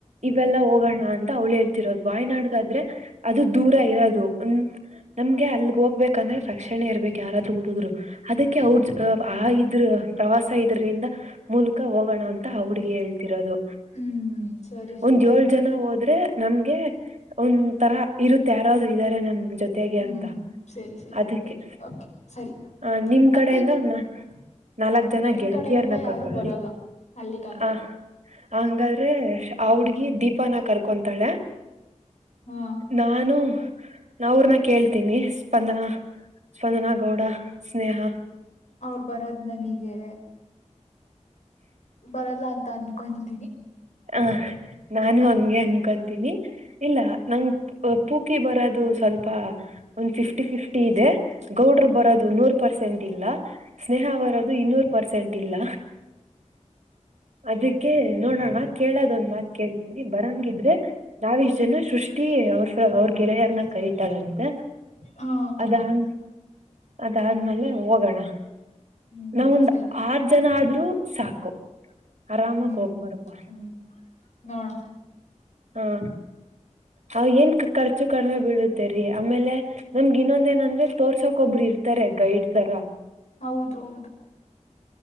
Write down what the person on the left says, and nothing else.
ಹ್ಮ್ ಸರಿ ಸರಿ
ಹ್ಮ್
ಸರಿ ಸರಿ
ಓಕೆ ಸರಿ
ಮತ್ತೆ
ನಮ್
ಕಡೆಯಿಂದ ಯಾರು
ಬರಲ್ಲ ಅಲ್ಲಿಗಾದ್ರೆ
ಹಾ
ಅವರು ಬರದ ನನಿಗೆ ಬರಲ್ಲ ಅಂತ ಅನ್ಕೊಂತ
ಹಾ
ಹ್ಮ್
ಸರಿ
ಹ್ಮ್
ಹ್ಮ್ ನೋಡ
ಹೌದು ಹೌದು